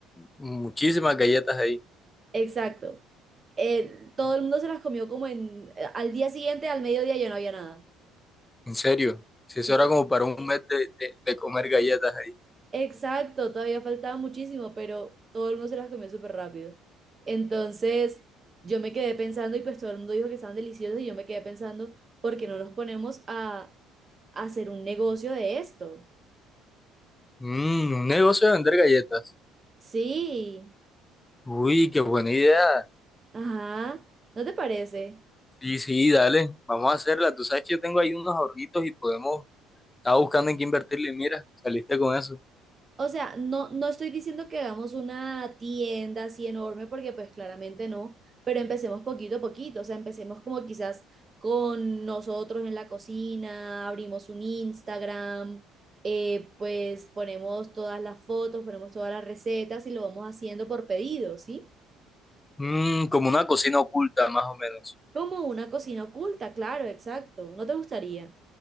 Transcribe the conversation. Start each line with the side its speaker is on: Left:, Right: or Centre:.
Left: muchísimas galletas ahí.
Right: Exacto. Eh, todo el mundo se las comió como en, eh, al día siguiente, al mediodía ya no había nada.
Left: En serio, si
Right: sí
Left: eso era como para un mes de, de- de comer galletas ahí.
Right: Exacto, todavía faltaba muchísimo, pero todo el mundo se las comió súper rápido. Entonces, yo me quedé pensando y pues todo el mundo dijo que estaban deliciosos y yo me quedé pensando, ¿por qué no nos ponemos a, a hacer un negocio de esto?
Left: Mm, un negocio de vender galletas.
Right: Sí,
Left: Uy, qué buena idea.
Right: ajá, ¿no te parece?
Left: Sí, sí, dale, vamos a hacerla. Tú sabes que yo tengo ahí unos ahorritos y podemos, estaba buscando en qué invertirle. y Mira, saliste con eso.
Right: O sea, no, no estoy diciendo que hagamos una tienda así enorme, porque pues claramente no, pero empecemos poquito a poquito, o sea, empecemos como quizás con nosotros en la cocina, abrimos un Instagram, eh, pues ponemos todas las fotos, ponemos todas las recetas y lo vamos haciendo por pedido, ¿sí?
Left: Mm, como una cocina oculta, más o menos.
Right: Como una cocina oculta, claro, exacto, ¿no te gustaría?